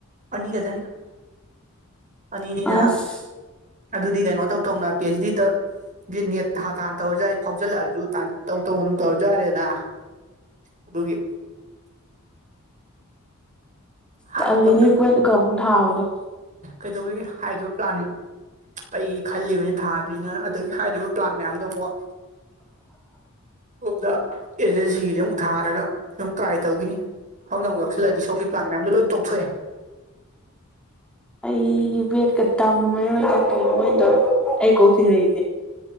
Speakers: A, on the right; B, in the centre.
A: ꯑꯅꯤꯒꯗꯅꯤ ꯑꯅꯤꯅꯤꯅ
B: ꯑꯁ
A: ꯑꯗꯨꯗꯤ ꯀꯩꯅꯣ ꯇꯧꯗꯧꯅ ꯄꯤ ꯑꯩꯆ ꯗ ꯅꯦꯠ ꯊꯥ ꯊꯥꯟꯅ ꯇꯧꯔꯁꯨ ꯌꯥꯏ ꯐꯥꯎꯖꯤꯜꯂꯛꯑꯁꯨ ꯇꯧ ꯇꯧ ꯑꯗꯨꯝ ꯇꯧꯔꯖꯥꯔꯦꯗ ꯑꯗꯨꯒꯤ ꯍꯥꯏꯔꯤꯕ
B: ꯇꯜꯂꯦꯅꯦ ꯀꯨꯋꯦꯠ ꯑꯃꯨꯛ ꯊꯕꯥꯗꯣ
A: ꯀꯩꯗꯧꯋꯒꯦ ꯍꯥꯏꯗ ꯄ꯭ꯂꯥꯟ ꯑꯩ ꯈꯜꯂꯤꯕꯅ ꯊꯥꯗꯣꯏꯅ ꯑꯗꯒꯤ ꯍꯥꯏꯔꯤꯕ ꯄ꯭ꯂꯥꯟ ꯃꯌꯥꯝꯗꯣ ꯑꯃꯨꯛ ꯣꯝꯗ ꯑꯦꯖꯦꯟꯁꯤꯒꯤꯁ ꯑꯃꯨꯛ ꯊꯥꯔꯒ ꯑꯃꯨ ꯇ꯭ꯔꯥꯏ ꯇꯧꯈꯤꯅꯤ ꯁꯣꯗꯨꯛꯎꯁꯤꯜꯂꯑꯗꯤ ꯁꯣꯝ ꯄ꯭ꯂꯥꯟꯌꯥꯝꯣ ꯂꯣꯏ ꯇꯣꯛꯊꯑꯦ
B: ꯑꯩ ꯕꯦꯠꯀ ꯇꯥꯃꯔꯣꯏꯗ ꯀ ꯅꯉꯣꯏꯗꯧ ꯑꯩ ꯀꯣꯛꯁꯤꯔꯩ